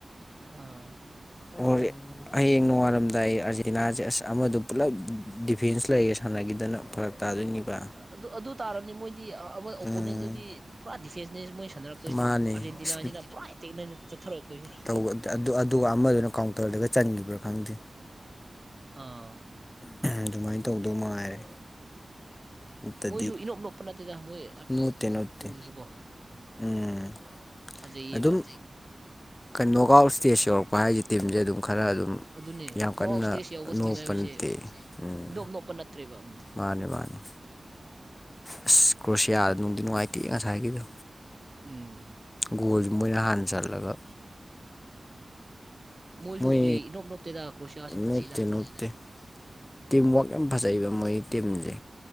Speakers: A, on the right (about 35°); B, on the left (about 30°).
A: ꯑꯥ
B: <unintelligible> ꯍꯌꯦꯡ ꯅꯣꯡꯉꯥꯜꯂꯝꯗꯥꯏ ꯑꯥꯔꯖꯦꯟꯇꯤꯅꯥꯁꯦ ꯑꯁ ꯑꯃꯗꯣ ꯄꯨꯂꯞ ꯗꯤꯐꯦꯟꯁ ꯂꯩꯌꯦ ꯁꯥꯟꯅꯈꯤꯗꯅ ꯐꯔꯛ ꯇꯥꯗꯣꯏꯅꯤꯕ
A: ꯑꯗꯨ ꯑꯗꯨ ꯇꯥꯔꯅꯤ ꯃꯣꯏꯗꯤ ꯑꯃ ꯑꯣꯄꯣꯅꯦꯟꯗꯨꯗꯤ
B: ꯎꯝ
A: ꯄꯨꯔꯥ ꯗꯤꯐꯦꯟꯁꯅꯦ ꯃꯣꯏ ꯁꯥꯟꯅꯔꯛꯇꯣꯏꯁꯦ
B: ꯃꯥꯅꯦ
A: ꯑꯥꯔꯖꯦꯟꯇꯅꯥꯁꯤꯅ
B: ꯏꯁꯄꯤꯠ
A: ꯄꯨꯔꯥ ꯑꯦꯇꯦꯛꯅꯦ ꯆꯠꯊꯔꯛꯇꯣꯏꯁꯦ
B: ꯇꯧꯕ ꯑꯗꯨ ꯑꯗꯨ ꯑꯗꯨꯒ ꯑꯃꯗꯨꯅ ꯀꯥꯎꯟꯇꯔꯗꯒ ꯆꯟꯈꯤꯕ꯭ꯔꯥ ꯈꯪꯗꯦ
A: ꯑꯥ
B: ꯑꯗꯨꯃꯥꯏꯅ ꯇꯧꯗꯧ ꯃꯉꯥꯏꯔꯦ ꯅꯠꯇꯗꯤ
A: ꯃꯣꯏꯁꯨ ꯏꯅꯣꯞ ꯅꯣꯞꯄ ꯅꯠꯇꯦꯗ ꯃꯣꯏ
B: ꯅꯣꯠꯇꯦ ꯅꯣꯞꯇꯦ
A: ꯁꯨ ꯀꯣ
B: ꯎꯝ
A: ꯐꯖꯩꯌꯦꯕ
B: ꯑꯗꯨꯝ ꯀꯩꯅꯣꯒ ꯑꯥꯎꯠ ꯏꯁꯇꯦꯖ ꯌꯧꯔꯛꯄ ꯍꯥꯏꯁꯦ ꯇꯤꯝꯁꯦ ꯑꯗꯨꯝ ꯈꯔ ꯑꯗꯨꯝ
A: ꯑꯗꯨꯅꯦ
B: ꯌꯥꯝ
A: ꯅꯣ
B: ꯀꯟꯅ
A: ꯑꯥꯎꯠ ꯏꯁꯇꯦꯖ ꯌꯧꯕ
B: ꯅꯣꯞꯄ
A: ꯇꯤꯝ ꯍꯥꯏꯁꯦ
B: ꯅꯠꯇꯦ ꯎꯝ
A: ꯏꯅꯥꯞ ꯅꯣꯞꯄ ꯅꯠꯇ꯭ꯔꯦꯕ ꯎꯝ
B: ꯃꯥꯅꯤ ꯃꯥꯅꯤ ꯑꯁ ꯀ꯭ꯔꯣꯁꯤꯌꯥꯗ ꯅꯨꯡꯗꯤ ꯅꯨꯡꯉꯥꯏꯇꯦ ꯉꯁꯥꯏꯒꯤꯗꯣ
A: ꯎꯝ
B: ꯒꯣꯒꯣꯜꯁꯤ ꯃꯣꯏꯅ ꯍꯥꯟꯅ ꯆꯟꯂꯒ
A: ꯃꯣꯏꯁꯨ
B: ꯃꯣꯏ
A: ꯄ꯭ꯂꯦ ꯏꯅꯣꯞ ꯅꯣꯞꯇꯦꯗ ꯀ꯭ꯔꯣꯁꯤꯌꯥꯁꯨ ꯐꯖꯩꯗ
B: ꯅꯣꯞꯇꯦ ꯅꯣꯞꯇꯦ ꯇꯤꯝ ꯋꯥꯛ ꯌꯥꯝ ꯐꯖꯩꯑꯕ ꯃꯣꯏꯒꯤ ꯇꯤꯝꯁꯦ